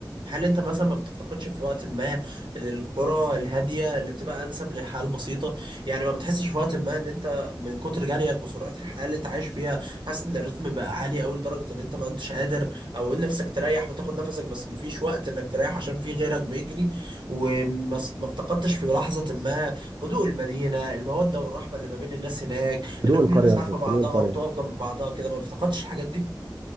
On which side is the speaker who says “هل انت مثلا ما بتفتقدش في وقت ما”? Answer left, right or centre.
Right